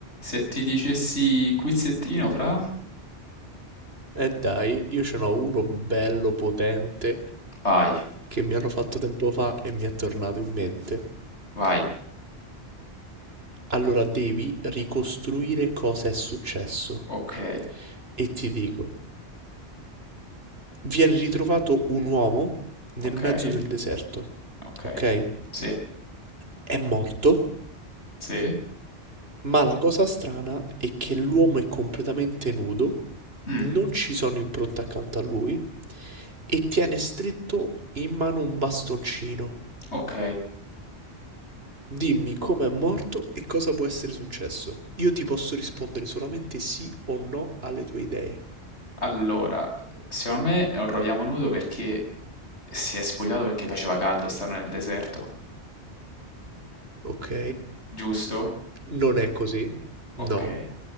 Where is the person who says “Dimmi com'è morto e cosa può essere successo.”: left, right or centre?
Right